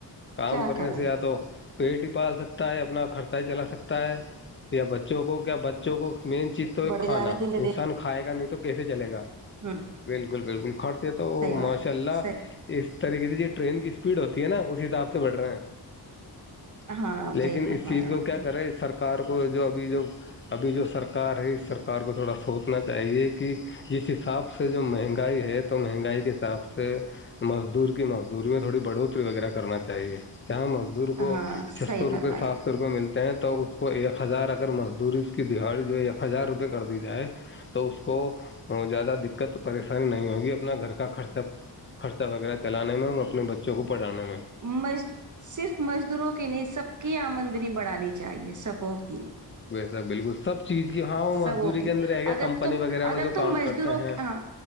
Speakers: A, on the left; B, on the right.
A: کام
B: کیا
A: کرنے
B: کرے
A: سے آیاد پیٹ ہی پال سکتا ہے اپنا خرچہ ہی چلا سکتا ہے یا بچوں کو کیا بچوں کو مین چیز تو ہے
B: بڑے
A: کھانا
B: جا رہے دن دن
A: انسان کھائے گا نہیں تو تو کیسے چلے گا
B: ہوں
A: بالکل بالکل کھڑتے تو
B: صحیح بات
A: ماشاء اللہ
B: صحیح
A: اس طریقے سے جو ٹرین کی اسپیڈ ہوتی ہے نا اس حساب سے بڑ رہے ہیں
B: ہاں
A: لیکن
B: صحیح فرمایا
A: اس چیز کو
B: آپ
A: کیا
B: نے
A: کرے سرکار سرکار کو جو ابھی جو ابھی جو سرکار ہے اس سرکار کو تھوڑا سوچنا چاہیے کہ جس حساب سے جو مہنگائی ہے تو مہنگائی کے حساب سے مزدور کی مزدوری میں تھوڑی بڑھوتری وغیرہ کرنا چاہیے جہاں مزدور کو
B: ہاں
A: چھ
B: صحیح
A: سو روپئے
B: فرمایا
A: سات سو روپئے ملتے ہیں تو اس کو ایک ہزار اگر مزدوری اس کی دہاڑی جو ہے ایک ہزار روپئے کر دی جائے تو اس کو زیادہ دقت پریشانی نہیں ہوگی اپنا گھر کا خرچہ خرچہ وغیرہ چلانے میں اور اپنے بچوں کو پڑھانے میں
B: مج صرف مج دروں کی نہیں سب کی آمدنی بڑانی چاہیے سب اوکی
A: س بالکل سب چیز کی ہاں وہ مزدوری
B: سب اک
A: کے اندر رہ گیا
B: اگر
A: کمپنی
B: تم
A: وغیرہ میں
B: اگر
A: جو
B: تم
A: کام
B: مزدوروں
A: کرتے ہیں
B: ہاں